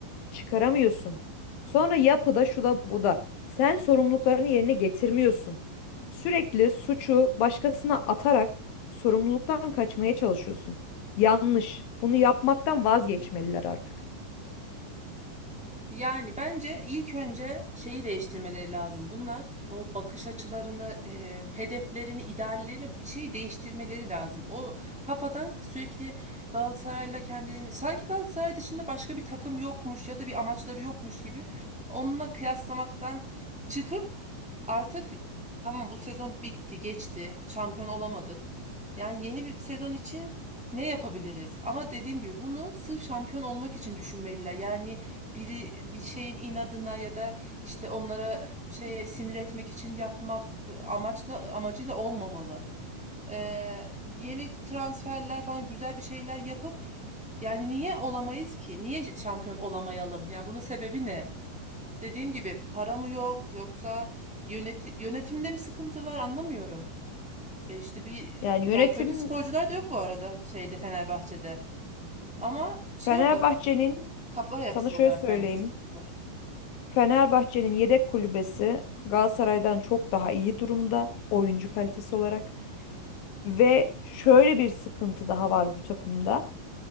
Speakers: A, on the left; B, in the centre.
A: çıkaramıyorsun. Sonra yapıda şu da bu da. Sen sorumluluklarını yerine getirmiyorsun. Sürekli suçu başkasına atarak sorumluluktan kaçmaya çalışıyorsun. Yanlış. Bunu yapmaktan vazgeçmeliler artık.
B: Yani bence ilk önce şeyi değiştirmeleri lazım. Bunlar o bakış açılarını, e, hedeflerini, ideallerini bir şey değiştirmeleri lazım. O kafadan sürekli Galatasaray'la kendini sanki Galatasaray dışında başka bir takım yokmuş ya da bir amaçları yokmuş gibi onunla kıyaslamaktan çıkıp artık tamam bu sezon bitti, geçti. Şampiyon olamadık. Yani yeni bir sezon için ne yapabiliriz? Ama dediğim gibi bunu sırf şampiyon olmak için düşünmeliler. Yani biri bir şeyin inadına ya da işte onlara e, şeye sinir etmek için yapmak amaçla amacıyla olmamalı. Ee, yeni transferler falan güzel bir şeyler yapıp yani niye olamayız ki? Niye şampiyon olamayalım? Yani bunun sebebi ne? Dediğim gibi para mı yok yoksa yöneti- yönetimde mi sıkıntı var anlamıyorum. E işte bir
A: Yani yönetim
B: yani kötü sporcular da yok bu arada şeyde Fenerbahçe'de. Ama şey
A: Fenerbahçe'nin
B: olarak kafa yapısı
A: sana şöyle
B: olarak
A: söyleyeyim.
B: bence sıkıntı var.
A: Fenerbahçe'nin yedek kulübesi Galatasaray'dan çok daha iyi durumda oyuncu kalitesi olarak ve şöyle bir sıkıntı daha var bu takımda.